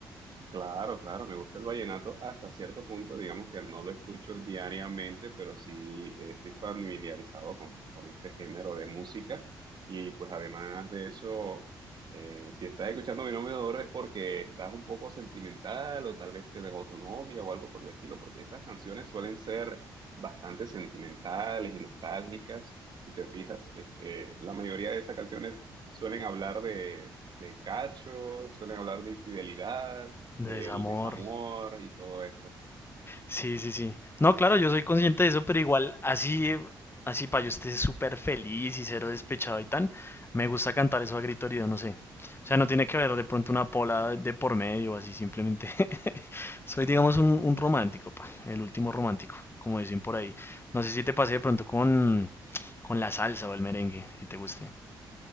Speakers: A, on the right; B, on the left.
A: Claro, claro, me gusta el vallenato hasta cierto punto, digamos que no lo escucho diariamente, pero sí eh, estoy familiarizado con, con este género de música y pues además de eso, eh, si estás escuchando Mi Nombre de Oro es porque estás un poco sentimental o tal vez te dejó tu novia o algo por el estilo, porque esas canciones suelen ser bastante sentimentales y nostálgicas, si te fijas, eh, eh, la mayoría de esas canciones suelen hablar de... de cacho, suelen hablar de infidelidad,
B: De
A: del
B: desamor,
A: desamor y todo esto.
B: Sí, sí, sí. No, claro, yo soy consciente de eso, pero igual así, eh, así para yo esté súper feliz y cero despechado y tan, me gusta cantar eso a grito herido, no sé. O sea, no tiene que haber de pronto una pola de por medio, así simplemente. <laughs> Soy, digamos, un, un romántico, pa, el último romántico, como dicen por ahí. No sé si te pasé de pronto con, con la salsa o el merengue, si te guste.